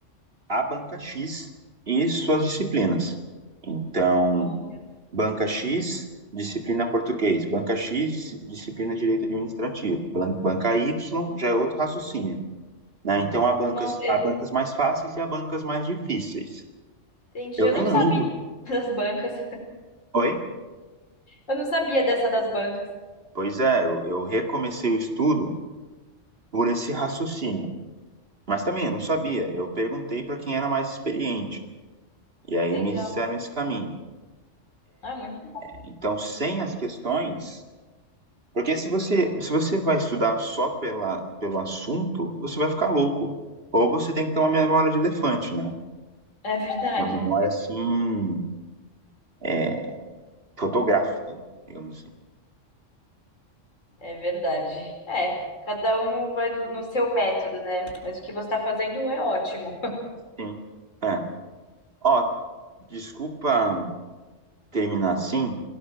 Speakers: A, on the right; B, on the left.
A: a banca X e suas disciplinas. Então,
B: Olha.
A: banca X, disciplina português, banca X, disciplina direito administrativo, banca Y já é outro raciocínio. Né? Então, há bancas,
B: Nossa, eh,
A: há bancas mais fáceis e há bancas mais difíceis.
B: entendi.
A: Eu
B: Eu
A: nem
B: não
A: lembro.
B: sabia <laughs> das bancas.
A: Oi?
B: Eu não sabia dessa das bancas.
A: Pois é, eu, eu recomecei o estudo por esse raciocínio. Mas também eu não sabia. Eu perguntei para quem era mais experiente. E aí
B: Legal.
A: me disseram esse caminho.
B: Ah, muito bom.
A: Então, sem as questões, Porque se você, se você vai estudar só pela, pelo assunto, você vai ficar louco. Ou você tem que ter uma memória de elefante, né?
B: É verdade.
A: Uma memória assim, é, fotográfica, né? digamos assim.
B: É verdade. É, cada um vai no, no seu método, né? Mas o que você está fazendo é ótimo.
A: Sim. É. Ó, desculpa terminar assim,